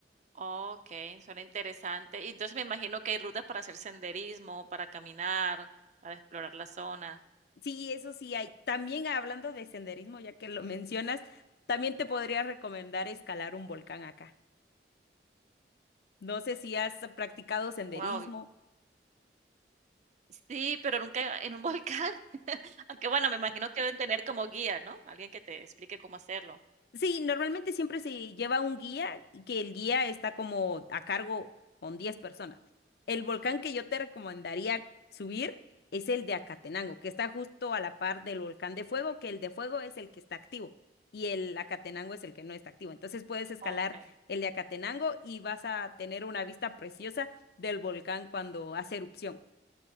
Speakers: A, on the right; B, on the left.
A: Okey, suena interesante. Y entonces me imagino que hay rutas para hacer senderismo, para caminar, para explorar la zona.
B: Sí, eso sí hay. También hablando de senderismo, ya que lo mencionas, también te podría recomendar escalar un volcán acá. No sé si has practicado senderismo
A: Wow. sí, pero nunca en un volcán. <laughs> Aunque bueno, me imagino que deben tener como guía, ¿no? Alguien que te explique cómo hacerlo.
B: Sí, normalmente siempre se lleva un guía y que el guía está como a cargo con 10 personas. El volcán que yo te recomendaría subir es el de Acatenango, que está justo a la par del volcán de Fuego, que el de Fuego es el que está activo y el Acatenango es el que no está activo. Entonces puedes escalar
A: Okey,
B: el de Acatenango y vas a tener una vista preciosa del volcán cuando hace erupción.